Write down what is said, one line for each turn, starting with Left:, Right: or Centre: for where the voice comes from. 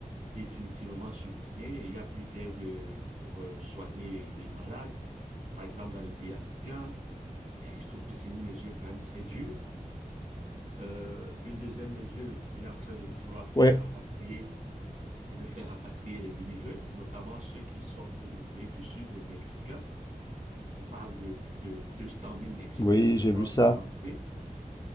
Right: définitivement supprimée. Il n'y a plus d'aide euh, pour euh, soigner les, les malades, par exemple dans les pays africains. Ben, je trouve que c'est une mesure quand même très dure. Euh, une deuxième mesure, il est en train de vouloir faire
Left: Ouais.
Right: rapatrier, il veut faire rapatrier les immigrés, notamment ceux qui sortent de l'Amérique du Sud, les Mexicains. On parle de plus de 200 000 Mexicains
Left: Oui,
Right: qui
Left: j'ai
Right: doivent
Left: vu ça.
Right: rentrer